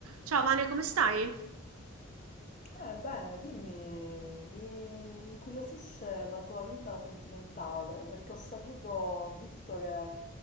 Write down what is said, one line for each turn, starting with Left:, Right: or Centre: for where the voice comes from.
Right: Ciao Vane, come stai?
Left: Eh, bene, dimmi, mi, mi incuriosisce la tua vita sentimentale, perché ho saputo, ho visto che